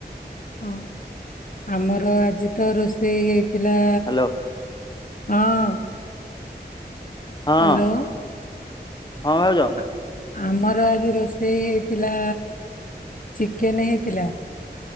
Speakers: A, on the left; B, on the left.
A: ହଁ ଆମର ଆଜି ତ ରୋଷେଇ ହେଇଥିଲା।
B: ହ୍ୟାଲୋ
A: ହଁ।
B: ହଁ
A: ହ୍ୟାଲୋ
B: ହଁ ଭାଉଜ।
A: ଆ- ଆମର ଆଜି ରୋଷେଇ ହେଇଥିଲା। ଚିକେନ ହେଇଥିଲା।